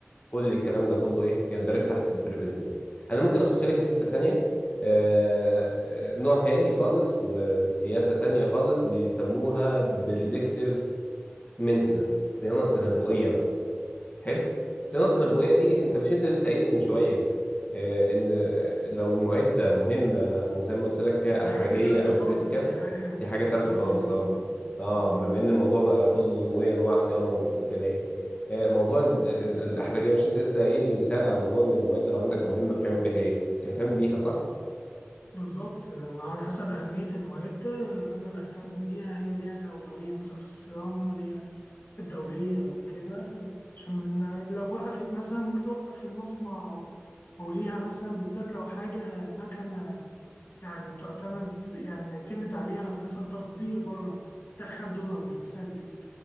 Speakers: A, on the left; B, on the left.
A: وكل الكلام ده كله ايه يندرج تحت البريفنتيف انا ممكن اخش لك في حتة تانية آه، آه، نوع تاني خالص وسياسة تانية خالص بيسموها بريدكتيف مينتنانس صيانة تنبؤية بقى حلو الصيانه التنبؤيه دي انت مش انت لسه قايل لي من شويه آه، ان لو المعده مهمه او زي ما قلت لك فيها
B: دي
A: احرجيه
B: حاجة تالتة
A: او
B: خالص
A: كريتيكال
B: دي حاجة انت
A: دي حاجه
B: اللي
A: تالته
B: بتقولها
A: خالص
B: دي
A: اه اه
B: اه
A: بما ان الموضوع بقى كله ايه انواع صيانه وكده يعني آه، موضوع ال- الاحرجيه مش انت لسه قايل لي مثال على موضوع ان المعده لو عندك مهمه بتعمل بيها ايه بتهتم بيها صح
B: بالظبط لو على حسب أهمية المعدة أنا بهتم بيها هي ليها الأولوية مثلا في الصيانة ليها الدورية أو كده عشان ما لو وقفت مثلا ممكن توقف المصنع أو أو ليها مثلا بالذات لو حاجة مكنة يعني بتعتمد يعني بنعتمد عليها مثلا تصدير بره مثلا تدخل دولار <laughs> مثلا لل-